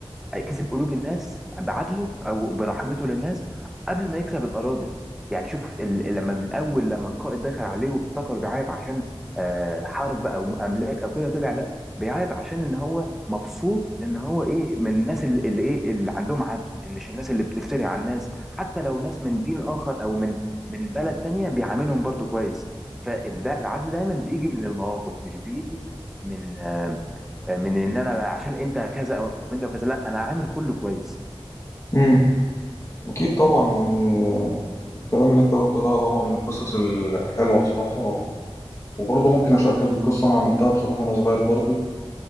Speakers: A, in the centre; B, on the left (about 30°).
A: كسب قلوب الناس بعدله او برحمته للناس قبل ما يكسب الاراضي يعني شوف ال- لما من اول لما القائد دخل عليه وافتكر بيعيط عشان آه، حرب او املاك او كده طلع لا بيعيط عشان ان هو مبسوط ان هو ايه من الناس اللي, اللي ايه اللي عندهم عدل إن مش الناس اللي بتفتري على الناس حتى لو ناس من دين اخر او من من بلد تانية بيعاملهم برضو كويس فالده العدل دايما بيجي من المواقف مش بيجي من آه، آه، من ان انا عشان انت كذا او انت وكذا لا انا عامل كله كويس
B: مم. أكيد طبعا يعني الكلام اللي أنت قلته ده طبعا من القصص الحلوة بصراحة وبرضه ممكن أشاركك بقصة أنا عملتها بصراحة وأنا صغير برضه